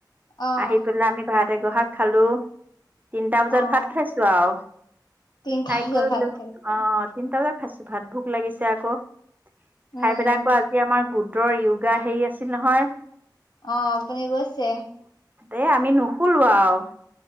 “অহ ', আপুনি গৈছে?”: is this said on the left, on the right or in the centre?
Left